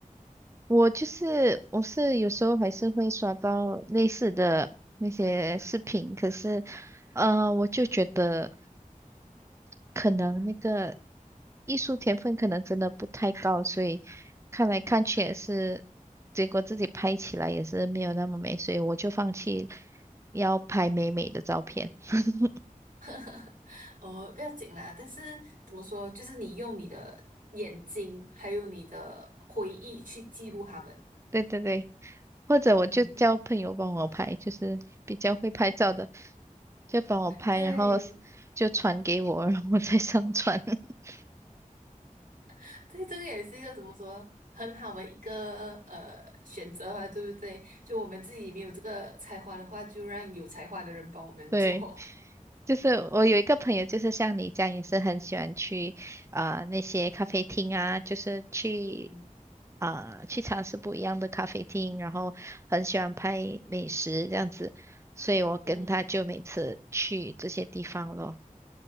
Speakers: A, on the right; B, on the right.
A: 我就是我是有时候还是会刷到类似的那些视频，可是呃，我就觉得可能那个艺术天分可能真的不太高，所以看来看去也是，结果自己拍起来也是没有那么美，所以我就放弃要拍美美的照片。<laughs>
B: <laughs> 哦，不要紧啦。但是怎么说，就是你用你的眼睛，还有你的回忆去记录他们。
A: 对对对，或者我就叫朋友帮我拍，
B: 嗯，
A: 就是比较会拍照的，就帮我拍，
B: 对
A: 然后就传给我，然后我再上传。<laughs>
B: <laughs> 对对，这个也是一个怎么说很好的一个呃选择吧，对不对？就我们自己没有这个才华的话，就让有才华的人帮我们做。
A: 对。就是我有一个朋友，就是像你这样，也是很喜欢去啊那些咖啡厅啊，就是去
B: 嗯，
A: 啊、呃去尝试不一样的咖啡厅，然后很喜欢拍美食这样子，所以我跟他就每次去这些地方咯，
B: 嗯，